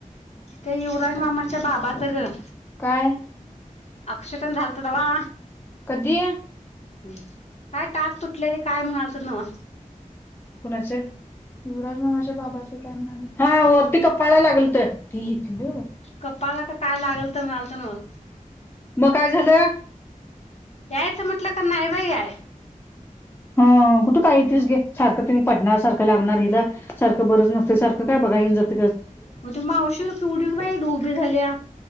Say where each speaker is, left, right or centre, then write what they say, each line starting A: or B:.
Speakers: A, on the left (about 50°); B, on the left (about 15°).
A: ते युवराज मामाच्या बाबाचं गं.
B: काय
A: अक्षरटण झालतवा!
B: कधी?
A: हम् काय तास तुटलेले काय म्हणाल तर नवा?
B: कुणाचे युवराज मामाच्या बाबाच काय म्हणाले? कपायला लागल तर त घेतल!
A: कपाळा का काय लागल तर म्हणालत न?
B: मग काय झालं?
A: यायचं म्हटलं का नाहीय बाई याय?
B: हा कुठं काही तच घे सारखं तिने पडणार सारखं लागणार हिला सारखं बरंच नस. सारं काय बघान जात?
A: होग ते मावशी किवटी बाई ड उोभे झाल्या.